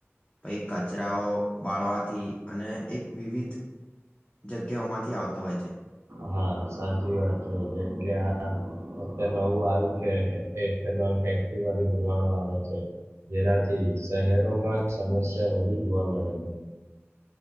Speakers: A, on the left; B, on the right.
A: પઇ કચરાઓ બાળવા થી અને એક વિવિધ જગ્યાઓ માંથી આવતો હોય છે.
B: હા સાચી વાત છે, જેમકે આ વખતે નવું આવ્યું છે એક કેનલ ફેક્ટરી માંથી ધુમાડો આવે છે. જેનાથી શહેરોમાં સમસ્યા વધુ જોવા મળે છે.